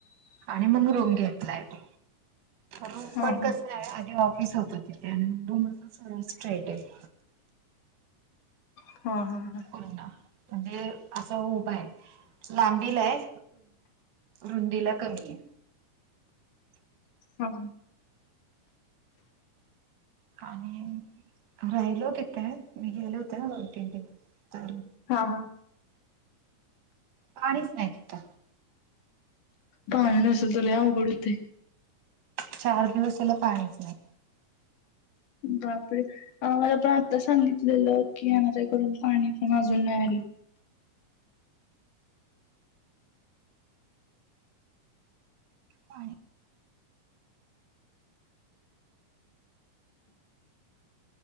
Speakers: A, on the right; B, on the left.
A: आणि मग रूम घेतलाय तो. रूम
B: हा
A: पण
B: हा
A: कसे आहे आधी ऑफिस होत तिथे आणि रूम अस सर्व स्ट्रेट आहे.
B: हा हा ह.
A: म्हणजे असं उभ आहे लांबीला आहे. रुंदीला कमी आहे.
B: हां. <unintelligible>
A: आणि राहिलो तिथे मी गेले होते ना दोन तीन दिवस तर.
B: हा हा.
A: पाणीच नाही तिथ.
B: पाणी नसल तर लई अवघड होते.
A: चार दिवस झाला पाणीच नाही.
B: बापरे आम्हाला पण आत्ता सांगितलेलं की येणार करून पाणी पण अजून नाहील.
A: पाणी